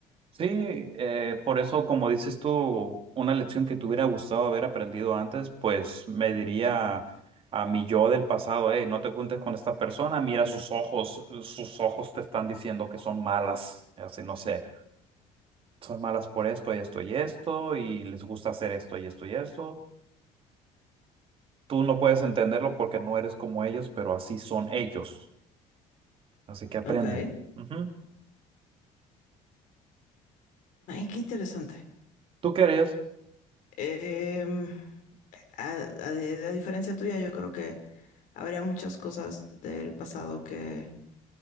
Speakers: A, on the right; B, on the left.
A: Sí, eh, por eso, como dices tú, una lección que te hubiera gustado haber aprendido antes, pues me diría a mi yo del pasado, hey, no te juntes con esta persona, mira sus ojos, sus ojos te están diciendo que son malas, así no sé, son malas por esto y esto y esto, y les gusta hacer esto y esto y esto. Tú no puedes entenderlo porque no eres como ellos, pero así son ellos. Así que aprende.
B: Ok. ¡Ay,
A: Ujú.
B: qué interesante.
A: ¿Tú qué harías?
B: Em, a, a- de- diferencia tuya, yo creo que habría muchas cosas del pasado que